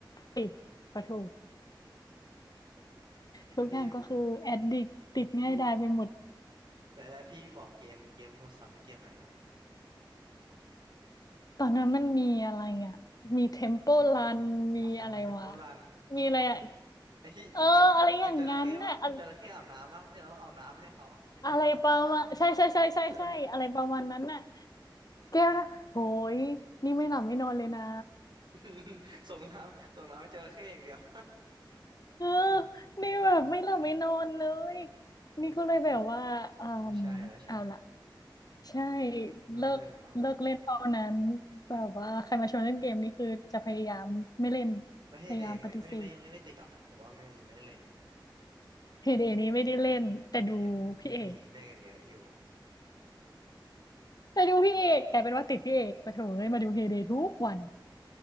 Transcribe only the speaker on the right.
<laughs> แล้วพี่
แล้วแล้วพี่บอกเกมเกมโทรศัพท์นี่เกมอะไรนะ
อ๋อเทมเพิลรัน
ไอที่ไอเกมเกมจระเข้ปะจระเข้อาบน้ำปะที่เราต้องเอาน้ำไปให้เขาอะใช่ไหม
<laughs>
<laughs> ส่งน้ำส่งน้ำให้จระเข้อย่างเดียว <laughs>
โอ้โห
ไม่ใช่แล้วใช่ไหม
ก็ต้องเลิกเนาะ
แล้วเฮเดย์ไม่ไม่ไม่ไม่ไม่ติดเหรอหรือว่าไม่ยังไม่ได้เล่น
เห็นเห็นเห็นผู้หญิงเล่นกันเยอะอยู่